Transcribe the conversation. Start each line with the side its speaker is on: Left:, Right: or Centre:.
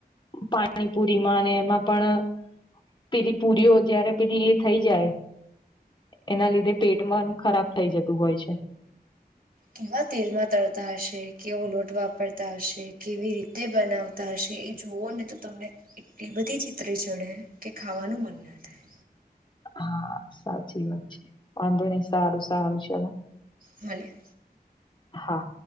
Left: પાણીપુરી માં અને એમાં પણ પેલી પૂરીઓ જ્યારે પેલી એ થઈ જાય. એના લીધે પેટમાં ખરાબ થઈ જતું હોય છે.
Right: કેવા તેલમાં તળતા હશે કેવો લોટ વાપરતા હશે કેવી રીતે બનાવતા હશે એ જુઓ ને તો તમને એટલી બધી ચીતરી ચડે કે ખાવાનું મન ના થાય.
Left: હા, સાચી વાત છે, વાંધો નઈ સારું સારું ચલો.
Right: મળીયે.
Left: હા.